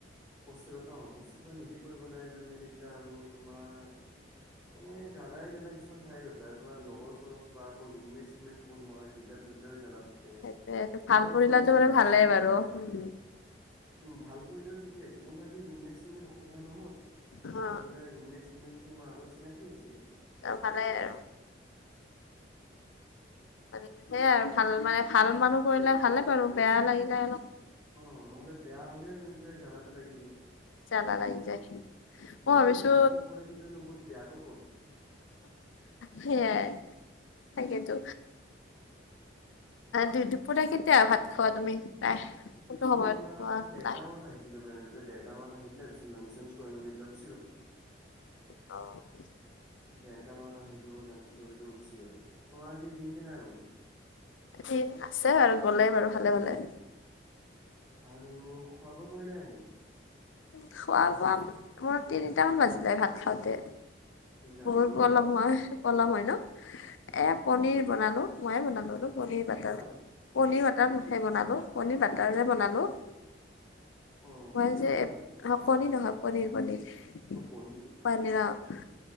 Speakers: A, in the centre; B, on the left.
A: হোষ্টেলত অ বস্তু সোপা নিজে কৰিব লাগে গৈ মেলি পেলে! আৰু তোমাৰ মানে জালাই, জালাই কিছুমান থাকে গৈ পেলাই তোমাৰ লগৰ চগৰ সোপা! আকৌ ৰুম মেট কোন হয় সেইবিলাক লৈ পেলাইও জালা থাকে।
B: সেইটোৱে ভাল
A: মোবাইল
B: কৰিলেতো
A: ধৰা কি ৰুমমেট,
B: বাৰু ভালে
A: চুমমেট
B: বাৰু উম
A: উম! ভাল পৰিলেও ঠিকে আছে মোৰ ধৰা কি ৰুমমেট চুমমেট অসুবিধা নহয়।
B: অ
A: কাৰণ কেলে ৰুমমেট চুমমেট খিনি মোৰ আগৰ চিনাকি আছিলে।
B: ভালে আৰু! সেইয়াই ভাল মানে ভাল মানুহ
A: য'ত
B: পৰিলে ভালে বাৰু। বেয়া লাগিলে অলপ
A: অ নহ'লে বেয়া হ'লে গৈ পেলাই জ্বালাটো লাগি যায়।
B: জালা লাগি যায় মই
A: যদি
B: ভাবিছো
A: জ্বালাটো পৰি থাকে ন! বহুত বেয়াকৈ পৰে।
B: সেয়াই তাকেতো। দুই- দুপৰীয়া কেতিয়া ভাত খাবা তুমি? প্ৰায়
A: দুপৰীয়া
B: কোনটো সময়ত খোৱা
A: ডেৰটা
B: প্ৰায়?
A: মানত আহি <unintelligible>
B: অ!
A: ডেৰটা মানত আহিলো লাঞ্চ কৰিলো গুচি গলো! তোমাৰ আজি দিন কেনেকা গল?
B: দিন আছে আৰু গ'লে বাৰু ভালে ভালে।
A: আৰু খোৱা- বোৱা কৰিলা এনে?
B: খোৱা -বোৱা মই তিনিটামান বাজিলে ভাত খাওঁতে।
A: তিনটামান
B: বহুত
A: কি খালা
B: পলম
A: আজি?
B: হয়। পলম হয় ন! এ পনীৰ বনালো ময়ে বনালো আৰু পনীৰ, বাটাৰ
A: কি ক'লা?
B: পনীৰ-বাটাৰ বনালো পনীৰ বাটাৰেৰে বনালো।
A: অ
B: মই
A: কণী
B: যে
A: বনালা?
B: কনীৰ নহয় পনীৰ, পনীৰ।
A: অ', পনীৰ।
B: পনীৰ অ'।